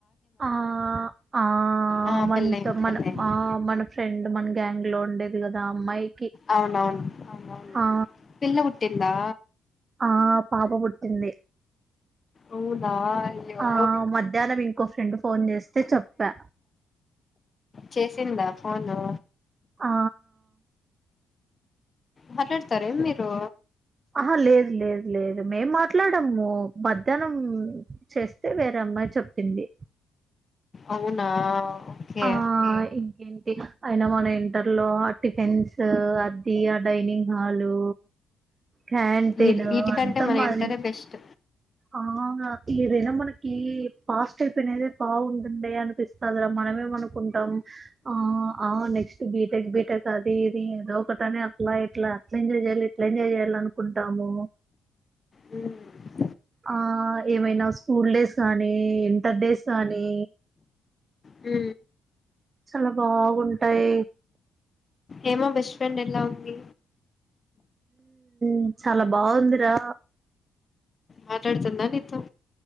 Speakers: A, on the right; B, on the left.
A: ఆ ఆ
B: ఆ
A: మంత్
B: పెళ్ళయింది
A: మన
B: పెళ్ళయింది
A: ఆ మన ఫ్రెండు మన గ్యాంగ్ ఇంట్లో ఉండేది గదా ఆ అమ్మాయి
B: అవునవును అవునవునులే
A: ఆ
B: పిల్ల పుట్టిందా
A: ఆ పాప బుట్టింది,
B: అవునా అయ్యో
A: ఆ మధ్యాహ్నం ఇంకో ఫ్రెండ్ ఫోన్ జేస్తే చెప్పా.
B: చేసిందా ఫోను?
A: ఆ
B: మాట్లాడతారేం మీరు
A: ఆహా లేదు లేదు లేదు మేం మాట్ల ట్లాడమ్ము మధ్యాహ్నం చేస్తే వేరే అమ్మాయి చెప్పింది
B: అవునా ఓకే
A: ఆ ఇంకేంటి అ అయినా మన ఇంటర్లో ఆ టిఫిన్సు అది డైనింగ్ హాలు క్యాంటీను
B: ఈ వీటికంటే
A: అంత
B: మన
A: మంది
B: ఇంటరే బెస్ట్
A: ఆ అ ఏదైనా మనకి పాస్ట్ ఐపనదే బాగుంటంది అనిపిస్తది రా మనమేం మనుకుంటాం ఆ ఆ నెక్స్ట్ బీటెక్ బీటెక్ అది ఇది ఏదో ఒకటని అట్లా ఇట్లా అట్లా ఎంజాయ్ జేయాలి ఇట్లా ఎంజాయ్ జేయాలి అనుకుంటాము.
B: మ్మ్
A: ఆ ఏమైనా స్కూల్ డేస్ గానీ ఇంటర్ డేస్ గానీ
B: ఊ
A: చాలా బాగుంటాయి
B: ఏమో బెస్ట్ ఫ్రెండ్ ఎలా ఉంది
A: మ్ చాలా బావుందిరా
B: మాట్లాడుతుంద నీతొ